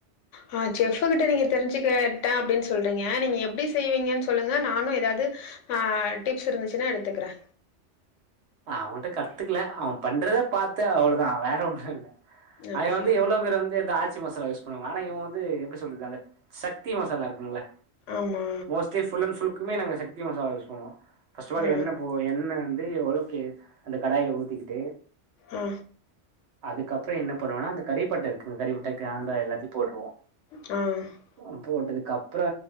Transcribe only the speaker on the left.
உ ஆ செஃபு கிட்ட நீங்க தெரிஞ்சு கேட்டேன் அப்டின் சொல்றீங்க நீங்க எப்டி செய்வீங்கன்னு சொல்லுங்க நானு எதாது ஆ டிப்ஸ் இருந்துச்சுன்னா எடுத்துக்குறே
அப்டியா?
ஆமா.
ஆ,
ஆ
ம்